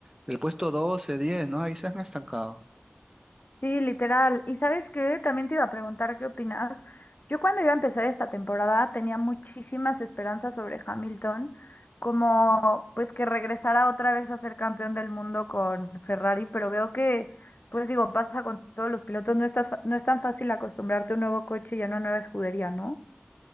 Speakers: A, on the right; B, on the left.
A: del puesto 12 diez ¿no? Ahí se han estancado.
B: Sí, literal. ¿Y sabes qué? También te iba a preguntar qué opinas. Yo cuando iba a empezar esta temporada tenía muchísimas esperanzas sobre Hamilton, como pues que regresara otra vez a ser campeón del mundo con Ferrari, pero veo que, pues digo, pasa con todos los pilotos, no estás, fa- no es tan fácil acostumbrarte a un nuevo coche y a una nueva escudería, ¿no?